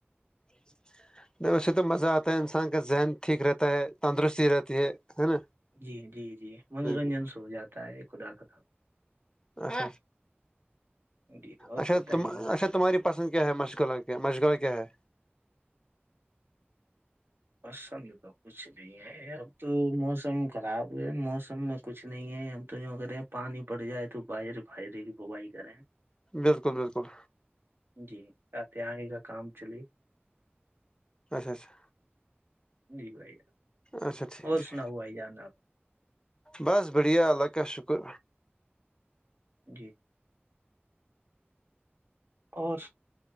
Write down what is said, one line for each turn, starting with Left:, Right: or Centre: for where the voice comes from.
Left: اچھا نہیں ویسے تو مزہ آتا ہے انسان کا ذہن ٹھیک رہتا ہے تندرستی رہتی ہے ہے نا
Right: جی جی جی منورنجن
Left: بالکل
Right: س ہو جاتا ہے خدا کا کام
Left: ہ
Right: کام جی اور
Left: اچھا
Right: بتائیے
Left: تم
Right: بھائی
Left: اچھا تمہاری پسند کیا ہے مشغلہ کیا مشغلہ کیا ہے
Right: پسند تو کچھ نہیں ہے اب تو موسم خراب ہے موسم کچھ نہیں ہے ہم تو کریں پانی پڑ جائے تو باہر باہرے کی بوائی کریں
Left: بالکل بالکل
Right: جی آتے آنے کا کام چلیے
Left: اچھا اچھا
Right: جی بھائی
Left: اچھا ٹھیک
Right: اور
Left: ٹھیک
Right: سنا ہوا ہی جانا آپ
Left: بس بڑھیا اللہ کا کا شکر
Right: جی اور